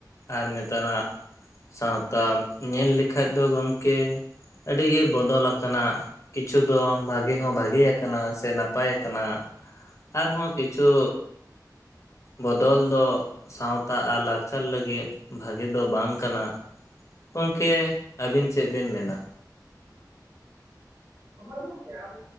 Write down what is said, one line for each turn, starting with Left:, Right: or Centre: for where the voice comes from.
Left: ᱟᱨ ᱱᱮᱛᱟᱨᱟᱜᱼᱼ ᱥᱟᱶᱛᱟ ᱧᱮᱞ ᱞᱮᱠᱷᱟᱡ ᱫᱚ ᱜᱚᱝᱠᱮ ᱟᱹᱰᱤᱜᱮ ᱵᱚᱫᱚᱞ ᱟᱠᱟᱱᱟ᱾ ᱠᱤᱪᱷᱩ ᱫᱚ ᱵᱷᱟᱜᱮ ᱦᱚᱸ ᱵᱷᱟᱜᱮ ᱟᱠᱟᱱᱟ ᱥᱮ ᱱᱟᱯᱟᱭ ᱟᱠᱟᱱᱟ᱾ ᱟᱨᱦᱚᱸ ᱠᱤᱪᱷᱩ ᱵᱚᱫᱚᱞ ᱫᱚᱼᱼ ᱥᱟᱶᱛᱟ ᱟᱨ ᱞᱟᱠᱪᱟᱨ ᱞᱟᱹᱜᱤᱫ ᱵᱷᱟᱜᱮ ᱫᱚ ᱵᱟᱝ ᱠᱟᱱᱟ᱾ ᱜᱚᱢᱠᱮ ᱟᱹᱵᱤᱱ ᱪᱮᱫ ᱵᱤᱱ ᱢᱮᱱᱟ᱾
Right: ᱦᱳᱭ ᱜᱳᱢᱠᱮ ᱟᱵᱚ